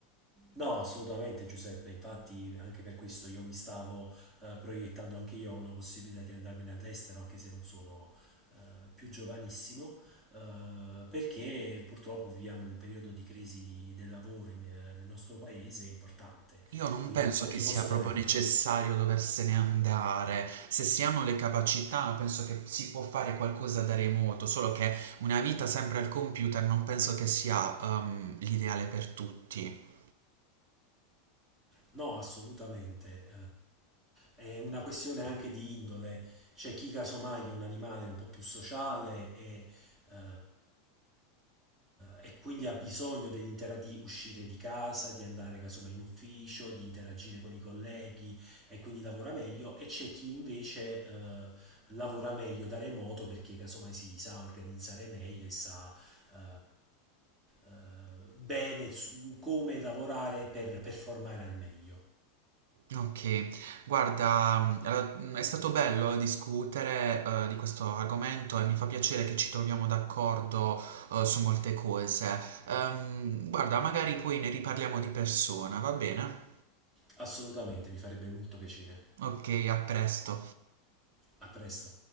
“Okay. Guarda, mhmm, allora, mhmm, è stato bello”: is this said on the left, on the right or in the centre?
Right